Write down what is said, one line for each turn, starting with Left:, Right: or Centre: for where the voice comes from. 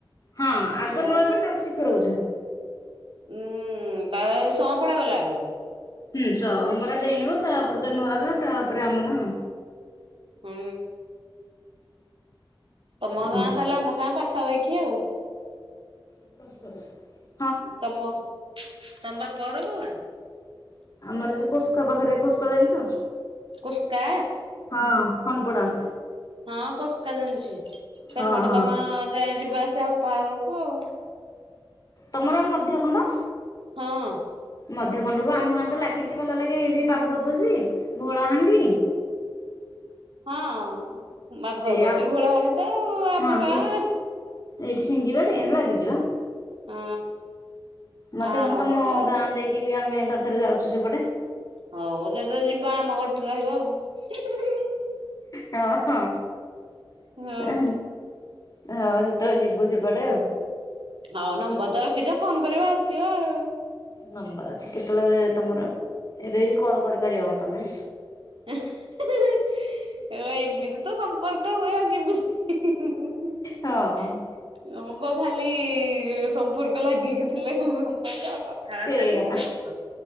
Left: ହଁ ଆଗ
Right: ଓ
Left: ନୂଆ ଗାଁ, ତାପରେ ଶିଖର ଗୋଛା।
Right: ଉମ୍ ତାପରେ ସଁପଡା ଗଲା ବେଳକୁ।
Left: ହୁଁ। ସଁପଡା ଡେଇଁବ ତାପରେ ତ ନୂଆ ଗାଁ, ତାପରେ ଆମ ଗାଁ ଆଉ।
Right: ହଁ। ତମ
Left: ହୁଁ
Right: ଗାଁ ତାହେଲେ ଆମ ଗାଁ ପାଖାପାଖି ଆଉ।
Left: <unintelligible>
Right: ତମ, ତମ ବାପ ଘର କୋଉ ଗାଁ?
Left: ଆମର ଯୋଉ କୋସ୍କ ପାଖରେ କୋସ୍କ ଜାଣିଛ?
Right: କୋସ୍କା
Left: ହଁ ଖଣ୍ଡପଡ଼ା।
Right: ହଁ କୋସ୍କା ଜାଣିଚି। ସେପଟେ
Left: ହଁ ହଁ
Right: ତମ ଯାଏ ଯିବା ଆସିବା ଅପା ଘରକୁ ଆଉ।
Left: ତମର ଆ ମଧ୍ୟ ଖଣ୍ଡ?
Right: ହଁ।
Left: ମଧ୍ୟ ଖଣ୍ଡକୁ ଆମ ଗାଁ ତ ଲାଗିଛି, ଗଲା ଲାଗି ହେଇକି ବାଘୁଆପୋଷି, ଘୋଳାହାଣ୍ଡି
Right: ହଁ, ବାଘୁଆପୋଷି,
Left: ସେ
Right: ଘୋଳାହାଣ୍ଡି ତ ଆଉ ଆମ
Left: ହଁ ସି
Right: ଗାଁ
Left: ଏଇଠି ସିଙ୍ଗିବାଡି ଏମତି ଲାଗିଚି ବା।
Right: ହଁ।
Left: ମଧ୍ଯ
Right: ଆ ଆମ
Left: ଖଣ୍ଡ ତମ
Right: ପଟ ଆଉ
Left: ଗାଁ ଦେଇକି ବି ଆମେ ଥରଥରେ ଯାଉଛୁ ସେପଟେ।
Right: ହଉ ଯେତେବେଳେ ଯିବ ଆମ ଘରଟି ରହିବ ଆଉ। ହୁଁ ହୁଁ ହୁଁ।
Left: ହଁ ହଁ।
Right: ହଁ
Left: ହେ ହଉ ଯେତେବେଳେ ଯିବୁ ସେପଟେ ଆଉ। ‌
Right: ହଉ ନମ୍ବର ତ ରଖିଛ, ଫୋନ୍ କରିବ ଆସିବ ଆଉ।
Left: ନମ୍ବର ଅଛି କେତେବେଳେ ତମର ଏବେ ବି କଲ୍ କରିପାରିବ ମ ତମେ।
Right: ହୁଁ ହୁଁ ଅ ଏମିତି ତ ସମ୍ପର୍କ ହୁଏ ଆଉ କେମିତି <unintelligible>
Left: ହଁ
Right: ହଁ ପା ଖାଲି ସମ୍ପର୍କ ଲାଗିକିି ଥିଲେ ସମ୍ପର୍କ ଆଉ କଣ? ଥାର
Left: ଏଇଆ
Right: ଥାରକି ମୁଁ <unintelligible>